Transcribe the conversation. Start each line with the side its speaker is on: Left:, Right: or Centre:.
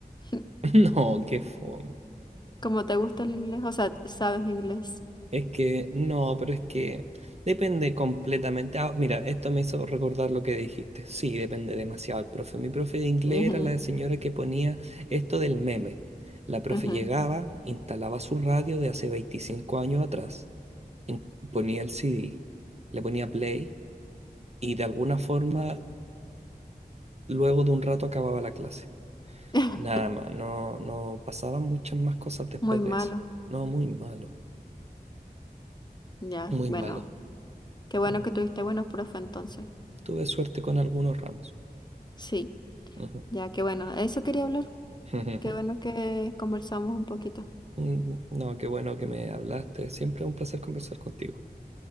Left: <laughs>
Right: <laughs> No, qué fome.
Left: ¿Cómo te gusta el inglés? O sea, ¿sabes inglés?
Right: Es que, no, pero es que depende completamente. Ah, mira, esto me hizo recordar lo que dijiste. Sí, depende demasiado el profe. Mi profe de inglés
Left: Ujú,
Right: era la señora que ponía esto del meme. La profe
Left: ujú.
Right: llegaba, instalaba su radio de hace 25 años atrás, in- ponía el CD, le ponía play y de alguna forma, luego de un rato acababa la clase.
Left: <laughs>
Right: Nada más, no, no pasaban muchas más cosas después
Left: Muy malo.
Right: de eso. No, muy malo,
Left: Ya,
Right: muy
Left: bueno.
Right: malo.
Left: Qué bueno
Right: Mm.
Left: que tuviste buenos profe entonces.
Right: Tuve suerte con algunos ramos.
Left: Sí,
Right: Ujú.
Left: ya, qué bueno. Eso quería hablar.
Right: <laughs>
Left: Qué bueno que conversamos un poquito.
Right: Mm, No, qué bueno que me hablaste. Siempre es un placer conversar contigo.